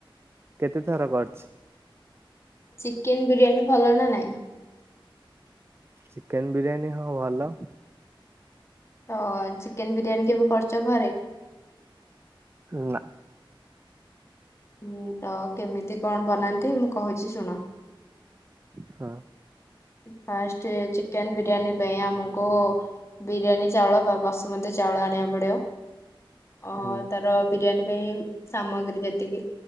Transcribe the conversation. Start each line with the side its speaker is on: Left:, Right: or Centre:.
Right: କେତେଥର କରିଛି।
Left: ଚିକେନ ବିରିୟାନୀ ଭଲ ନା ନାଇଁ?
Right: ଚିକେନ ବିରିୟାନୀ ହଁ ଭଲ।
Left: ତ ଚିକେନ ବିରିୟାନୀ କେବେ କରିଚ ଘରେ?
Right: ନା।
Left: ହୁଁ ତ କେମିତି କଣ ବନାନ୍ତି ମୁଁ କହୁଛି ଶୁଣ।
Right: ହଁ।
Left: ଫାଷ୍ଟ ଚିକେନ ବିରିୟାନୀ ପାଇଁ ଆମକୁ ବିରିୟାନୀ ଚାଉଳ ବା ବସୁମତୀ ଚାଉଳ ଆଣିବାକୁ ପଡ଼ିବ। ଅ
Right: ହୁଁ
Left: ତାର ବିରିୟାନୀ ପାଇଁ ସାମଗ୍ରୀ ଯେତିକି